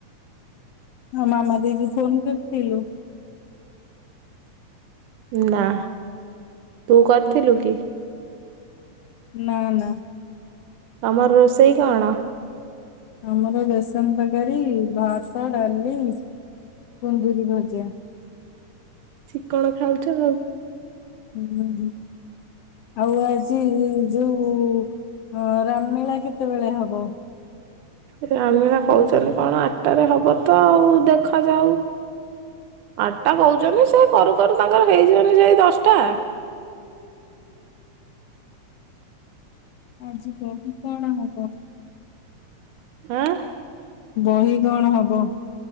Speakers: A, on the left; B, on the right.
A: ଆ ମାମା ଦେଇ କି ଫୋନ କରଥିଲୁ?
B: ନା ତୁ କରିଥିଲୁ କି?
A: ନା ନା।
B: ତମର ରୋଷେଇ କଣ?
A: ଆମର ବେସନ୍ ତରକାରୀ, ଭାତ, ଡାଲି, କୁନ୍ଦୁରି ଭଜା।
B: ଚିକଣ ଖାଉଛ ଆଉ।
A: ହୁଁ, ହୁଁ, ହୁଁ। ଆଉ ଆଜି ଯୋଉ ଅ ରାମ୍ ଲୀଳା କେତେବେଳେ ହବ?
B: ରାମୀଳା କହୁଚନ୍ତି କଣ ଆଟାରେ ହବ? ତ ଆଉ ଦେଖାଯାଉ। ଆଟା କହୁଛନ୍ତି ସେ କରୁ କରୁ ତାଙ୍କର ହେଇଯିବନି ସେଇ ଦଶ୍ ଟା।
A: ଆଯି ବହି କଣ ହବ?
B: ଆଁ
A: ବହି କଣ ହବ?